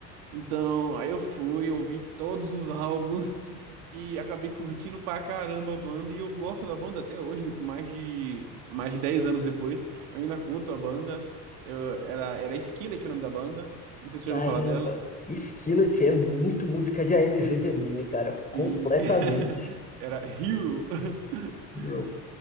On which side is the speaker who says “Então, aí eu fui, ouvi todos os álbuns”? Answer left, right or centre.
Right